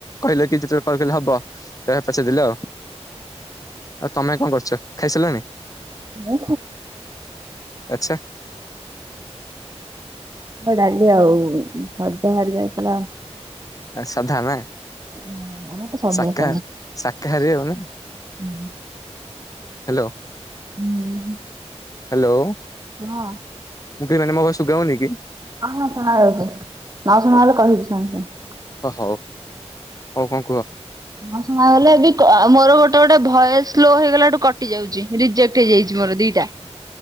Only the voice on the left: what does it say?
କହିଲେ କି ଯେତେବେଳେ କଲ୍ କଲେ ହବ। <unintelligible> ଦେଲେ ଆଉ। ଆଉ ତମେ କଣ କରୁଚ ଖାଇସାରିଲଣି?
ଆଛା।
ଆ ସାଧା ନା?
ଶାକାହାର
ଶାକାହାରୀ
ଆଉ ନା
ହ୍ୟାଲୋ।
ହ୍ୟାଲୋ।
ମୁ କହିମାନେ କସୁଗାଉନି କି।
ଓ ହୋଉ ହଉ କଣ କୁହ?